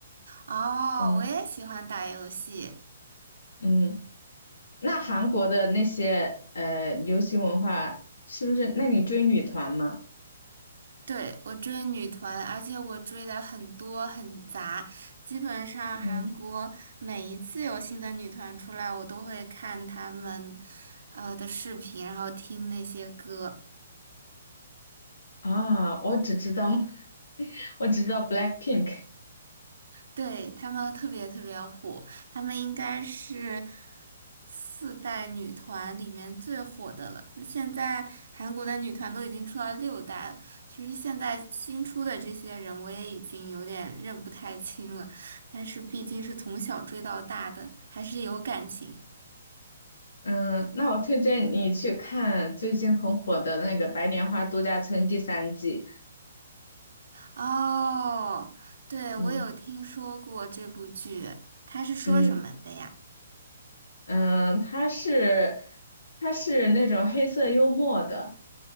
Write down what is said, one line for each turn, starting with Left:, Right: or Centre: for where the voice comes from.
Right: 哦，
Left: 嗯
Right: 我也喜欢打游戏。
Left: 嗯，那韩国的那些呃流行文化是不是？那你追女团吗？
Right: 对，我追女团，而且我追的很多很杂，基本上韩国每一次有新的女团出来，
Left: 嗯
Right: 我都会看她们呃的视频，然后听那些歌。
Left: 啊，我只知道 <laughs> 我只知道 BLACKPINK。
Right: 对，他们特别特别火，他们应该是四代女团里面最火的了。现在韩国的女团都已经出到六代了，其实现在新出的这些人我也已经有点认不太清了，但是毕竟是从小追到大的，还是有感情。
Left: 嗯，那我推荐你去看最近很火的那个《白莲花度假村》第三季。
Right: 哦，对，
Left: 嗯
Right: 我有听说过这部剧，它是说什么的呀？
Left: 嗯。嗯，他是他是那种黑色幽默的，